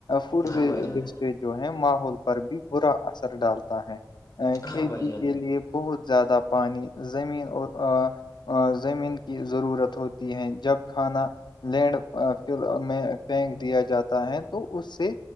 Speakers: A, on the left (about 75°); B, on the left (about 50°).
A: فڈ
B: ہاں بھائی جان
A: ویسٹیج جو ہے ماحول پر بھی برا اثر ڈالتا ہے کھیتی
B: ہاں بھائی جان
A: کے لیے بہت زیادہ پانی زمین اور زمین کی ضرورت ہو ہیں جب کھانا لینڈ فل میں پھینک دیا جاتا ہے تو اس سے